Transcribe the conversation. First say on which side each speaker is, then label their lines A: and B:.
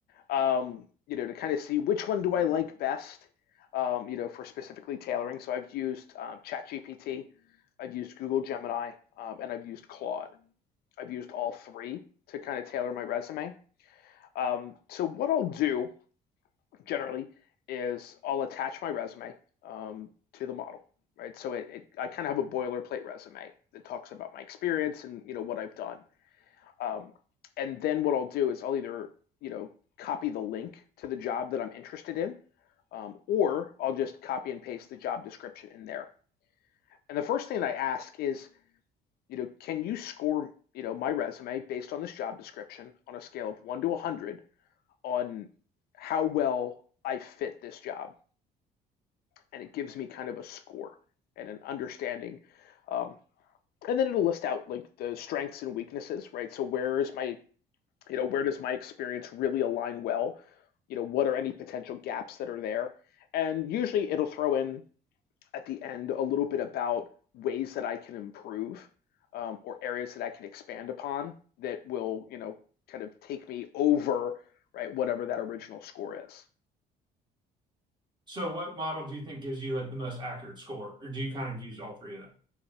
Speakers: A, on the left; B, on the right.
A: um, you know, to kind of see which one do I like best, um, you know, for specifically tailoring. So I've used um, ChatGPT, I've used Google Gemini, um, and I've used Claude. I've used all three to kind of tailor my resume. Um, so what I'll do generally is I'll attach my resume um, to the model, right? So it, it I kind of have a boilerplate resume that talks about my experience and you know what I've done. Um, and then what I'll do is I'll either, you know, copy the link to the job that I'm interested in, um, or I'll just copy and paste the job description in there. And the first thing I ask is, you know, can you score, you know, my resume based on this job description on a scale of one to 100 on how well I fit this job? And it gives me kind of a score and an understanding. Um, and then it'll list out like the strengths and weaknesses, right? So where is my you know where does my experience really align well you know what are any potential gaps that are there and usually it'll throw in at the end a little bit about ways that i can improve um, or areas that i can expand upon that will you know kind of take me over right whatever that original score is
B: So what model do you think gives you like the most accurate score, or do you kind of use all three of them?